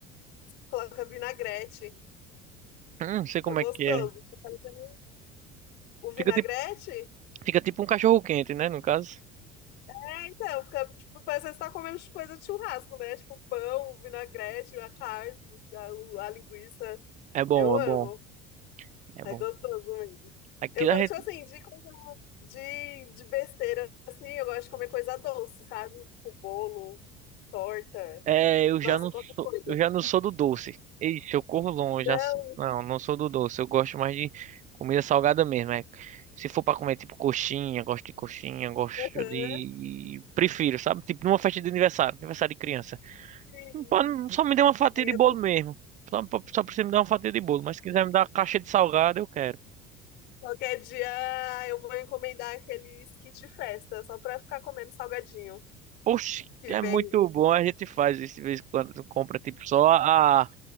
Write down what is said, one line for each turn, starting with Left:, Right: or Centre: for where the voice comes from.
Left: coloca vinagrete.
Right: hum, não sei como
Left: Fica gostoso.
Right: é que é.
Left: Fica parecendo- O vinagrete?
Right: Fica tipo, fica tipo um cachorro quente, né, no caso.
Left: É, então, fica, tipo, parece que você tá comendo coisa de churrasco, né? Tipo, pão, o vinagrete, a carne, a, o- a linguiça.
Right: É bom,
Left: Eu
Right: é
Left: amo.
Right: bom, é
Left: É
Right: bom.
Left: gostoso mesmo.
Right: Aqui
Left: Eu gosto,
Right: a gente
Left: tipo assim, de coisa de, de besteira, assim, eu gosto de comer coisa doce, sabe? Tipo bolo, torta,
Right: É, eu
Left: nossa,
Right: já não
Left: qualquer
Right: sou,
Left: coisa.
Right: eu já não sou do doce. Ixi, eu corro longe.
Left: Não,
Right: já s- Não, não sou do doce. Eu gosto mais de comida salgada mesmo. É. Se for pra comer, tipo, coxinha, gosto de coxinha, gosto
Left: aham,
Right: de... Prefiro, sabe? Tipo, numa festa de aniversário, aniversário de criança.
Left: sim.
Right: Não Pode- Só me dê uma fatia
Left: Aí
Right: de bolo
Left: é bom.
Right: mesmo. Só, só precisa me dar uma fatia de bolo. Mas se quiser me dar uma caixa de salgado, eu quero.
Left: Qualquer dia eu vou encomendar aquele kit festa, só pra ficar comendo salgadinho
Right: Oxe,
Left: que
Right: é
Left: vem.
Right: muito bom. A gente faz isso de vez em quando. tu Compra tipo só a,